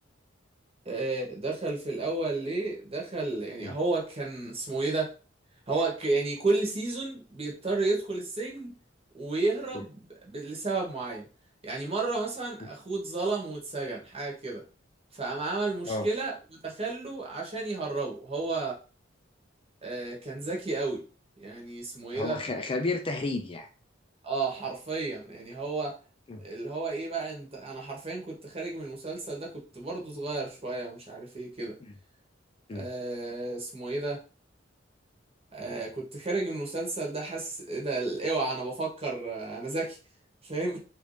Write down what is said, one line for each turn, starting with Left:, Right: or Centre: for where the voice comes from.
Right: آه دخل في الأول ليه؟ دخل يعني
Left: مم.
Right: هو كان اسمه إيه ده؟ هو ك يعني كل سيزون بيضطر يدخل السجن ويهرب
Left: مم.
Right: ب- لسبب معين يعني مرة مثلا
Left: مم.
Right: أخوه اتظلم واتسجن حاجة كده فقام عمل مشكلة
Left: اه
Right: ودخله عشان يهربه هو آه كان ذكي قوي يعني اسمه إيه
Left: هو
Right: ده؟
Left: خ- خبير تهريب يعني
Right: اه حرفيا يعني هو
Left: مم.
Right: اللي هو ايه بقى انت انا حرفيا كنت خارج من المسلسل ده كنت برضه صغير شوية مش عارف ايه كده
Left: مم. مم.
Right: آه اسمه ايه ده آه كنت خارج من المسلسل ده حاسس ايه ده اوعى انا بفكر آه انا ذكي فاهم